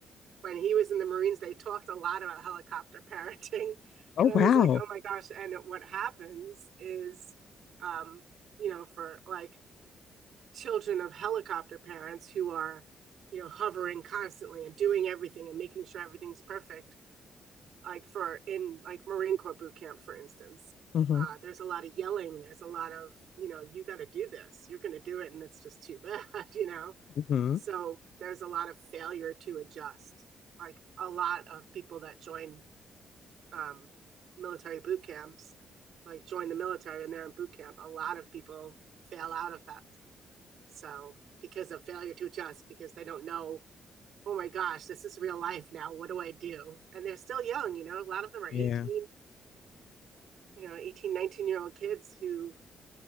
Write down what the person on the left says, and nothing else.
Oh,
wow.
hmm
hmm
Yeah.